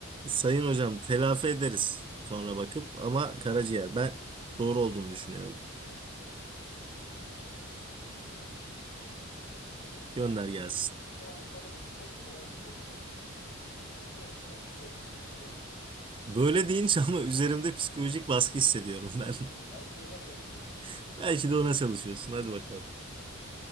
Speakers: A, on the right; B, on the left.
A: Sayın hocam telafi ederiz sonra bakıp ama karaciğer ben doğru olduğunu düşünüyorum.
B: Peki tamam. Bir şey demiyorum.
A: Gönder gelsin.
B: O zaman sana çok kolay bir soru sorayım. Çok kolay. Kek. Direkt yani.
A: Böyle deyince ama üzerimde psikolojik baskı hissediyorum ben.
B: Belki ona çalışıyorumdur.
A: <laughs>
B: Nereden
A: Belki
B: biliyorsun?
A: de ona çalışıyorsun. Hadi bakalım.